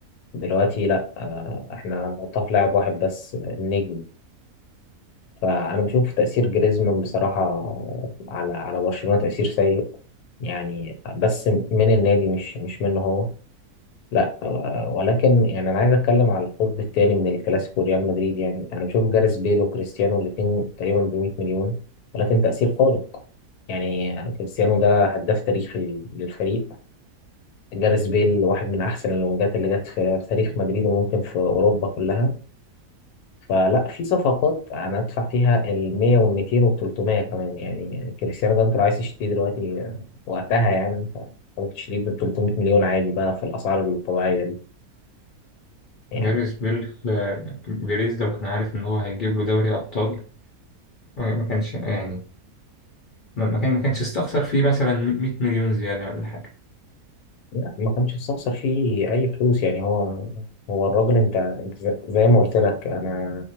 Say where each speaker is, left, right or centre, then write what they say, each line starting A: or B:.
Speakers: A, on the left; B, on the left.
A: دلوقتي لا آه، احنا هنحطها في لاعب واحد بس آه، النجم فانا بشوف تأثير جريزمان بصراحة على على برشلونة تأثير سيء يعني بس من النادي مش مش منه هو لا آه، ولكن يعني انا عايز اتكلم على القطب الثاني من الكلاسيكو ريال مدريد يعني انا بشوف جاريث بيل وكريستيانو الاثنين تقريبا ب 100 مليون ولكن تأثير خارق يعني كريستيانو ده هداف تاريخي للفريق جاريث بيل واحد من احسن الونجات اللي جت في في تاريخ مدريد وممكن في اوروبا كلها فلا في صفقات انا ادفع فيها ال 100 وال 200 وال 300 كمان يعني كريستيانو ده انت لو عايز تشتريه دلوقتي آه، وقتها يعني انت ممكن تشتريه ب 300 مليون عادي بقى في الاسعار الطبيعيه دي يعني
B: جاريس بيل آه، بيريز لو كان عارف ان هو هيجيب له دوري ابطال آه، ما كانش يعني ما ما كان ما كانش استخسر فيه مثلا 100 مليون زياده ولا حاجه
A: لا ما كانش استخسر فيه اي فلوس يعني هو هو الراجل انت انت ز- زي ما قلت لك انا